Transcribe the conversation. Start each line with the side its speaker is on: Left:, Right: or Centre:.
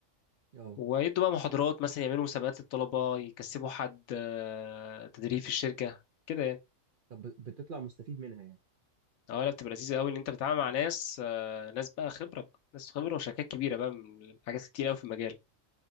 Right: اه
Left: ويدوا بقى محاضرات مثلا يعملوا مسابقات للطلبة يكسبوا حد آه، تدريب في الشركة كده يعني
Right: طب بتطلع مستفيد منها يعني
Left: اه لا بتبقى لذيذة قوي ان انت بتتعامل مع ناس آه، ناس بقى خبرة بقى ناس خبرة وشركات كبيرة بقى من حاجات كتير قوي في المجال